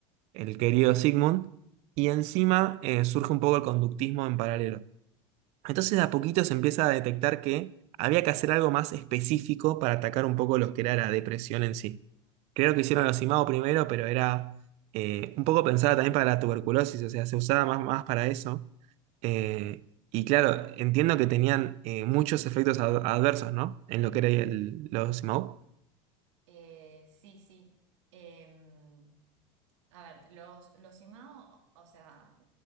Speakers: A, on the right; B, on the right.
A: el querido Sigmund. Y encima eh, surge un poco el conductismo en paralelo. Entonces de a poquito se empieza a detectar que había que hacer algo más específico para atacar un poco lo que era la depresión en sí. Creo que hicieron los IMAO primero, pero era eh, un poco pensada también para la tuberculosis, o sea, se usaba más, más para eso. Eh, y claro, entiendo que tenían eh, muchos efectos ad- adversos, ¿no? En lo que era el, los IMAO.
B: Eh, sí, sí. Em, a ver, los, los IMAO, o sea, <laughs>